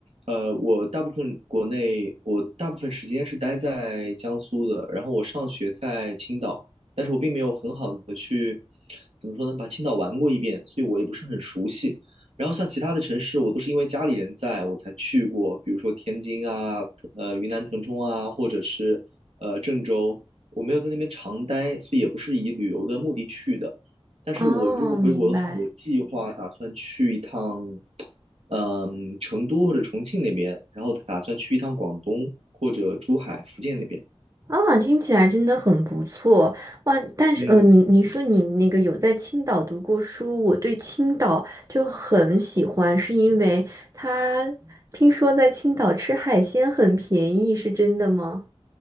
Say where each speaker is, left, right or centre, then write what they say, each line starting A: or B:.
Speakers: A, on the right; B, on the right.
A: 呃，我大部分国内，我大部分时间是待在江苏的，然后我上学在青岛，但是我并没有很好的去，怎么说呢，把青岛玩过一遍，所以我也不是很熟悉。然后像其他的城市，我都是因为家里人在我才去过，比如说天津啊，呃，云南腾冲啊，或者是呃郑州，我没有在那边常待，所以也不是以旅游的目的去的。但是我如果回国的话，
B: 哦，明白。
A: 我计划打算去一趟，嗯，成都或者重庆那边，然后打算去一趟广东或者珠海、福建那边。
B: 啊，听起来真的很不错哇！但是，
A: 嗯，
B: 呃，你你说你那个有在青岛读过书，我对青岛就很喜欢，是因为他听说在青岛吃海鲜很便宜，是真的吗？